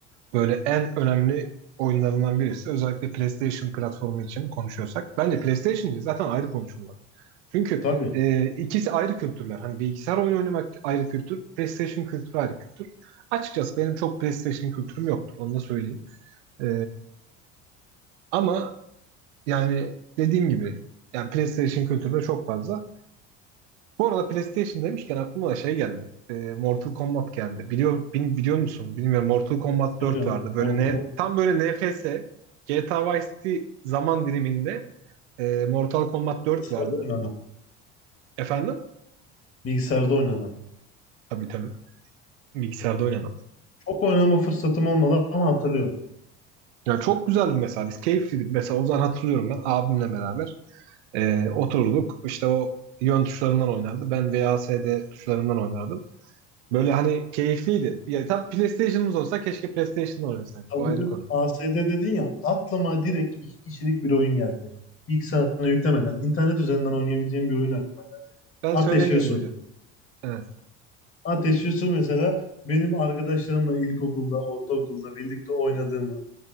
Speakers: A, on the right; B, on the left.
A: böyle en önemli oyunlarından birisi. Özellikle PlayStation platformu için konuşuyorsak. Bence PlayStation için zaten ayrı konuşulmaz. Çünkü
B: Tabii
A: e, ikisi ayrı kültürler. Hani bilgisayar oyunu oynamak ayrı kültür, PlayStation kültürü ayrı kültür. Açıkçası benim çok PlayStation kültürüm yoktur. Onu da söyleyeyim. E, ama yani dediğim gibi yani PlayStation kültürü de çok fazla. Bu arada PlayStation demişken aklıma da şey geldi. E, Mortal Kombat geldi. Biliyor, bil- biliyor musun? Bilmiyorum. Mortal Kombat
B: biliyorum
A: 4 vardı. Böyle
B: oynamak
A: ne, tam böyle NFS GTA Vice City zaman diliminde e, Mortal Kombat 4
B: bilgisayarda
A: vardı.
B: oynanan.
A: Efendim?
B: Bilgisayarda oynanan.
A: Tabii tabii. Bilgisayarda oynanan.
B: Çok oynama fırsatım olmadı ama hatırlıyorum.
A: Ya çok güzeldi mesela biz keyifliydik. Mesela o zaman hatırlıyorum ben abimle beraber e, oturduk. İşte o yön tuşlarından oynardı. Ben VASD tuşlarından oynardım. Böyle hani keyifliydi. Ya tam PlayStation'ımız olsa keşke PlayStation'da oynasaydık.
B: W
A: O ayrı konu.
B: A S D dedin ya aklıma direkt iki kişilik bir oyun geldi. Bilgisayarına yüklemeden internet üzerinden oynayabileceğim bir oyun aklıma geldi.
A: Ben
B: Ateş
A: söyleyebilirim
B: ve Su.
A: hocam. Evet.
B: Ateşli Su mesela benim arkadaşlarımla ilkokulda, ortaokulda birlikte oynadığımız